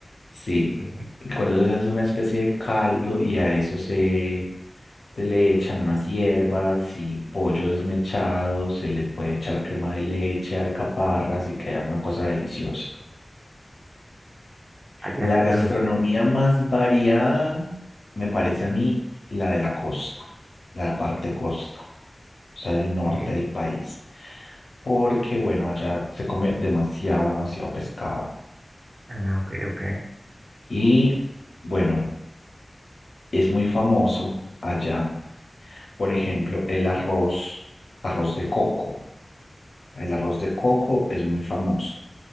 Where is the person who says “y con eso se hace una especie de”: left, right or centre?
Left